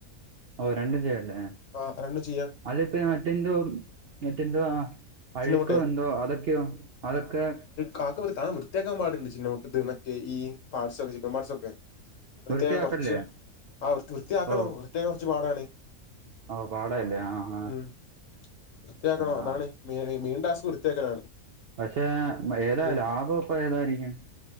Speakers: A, on the right; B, on the left.
A: ഓ രണ്ടുംചെയ്യാല്ലേ.
B: ആരണ്ടും ചെയ്യ
A: അതിപ്പെ മറ്റെൻന്തു മറ്റെന്തോ ആ. അഴുക്കോ
B: ചിന്ന മുട്ടയോ
A: എന്തോ അതൊക്കെയോ അതൊക്കെ.
B: കാക്ക വൃ അത് വൃത്തിയാക്കാൻ പാടുണ്ട് ചിന്നമുട്ടത് മറ്റേഈ പാട്സൊക്കെ ചിക്കൻ പാട്സൊക്കെ. വൃത്തിയാകം
A: വൃത്തിയാക്കല്ലേ
B: കുറച്ച് ആവൃത്തി വൃത്തിയാക്കണം
A: ഓ
B: വൃത്തിയാകാം കുറച്ച് പാടാണ്.
A: ഓ പാട അല്ലേ ആ. ആ
B: ഉം വൃത്തിയാക്കണോ
A: ആ
B: അതാണ് മെയിൻ ടാസ്ക് വൃത്തിയാക്കലാണ്.
A: പക്ഷെ ഏതാ
B: ഉം
A: ലാഭം ഇപ്പൊ ഏതായിരിക്കും.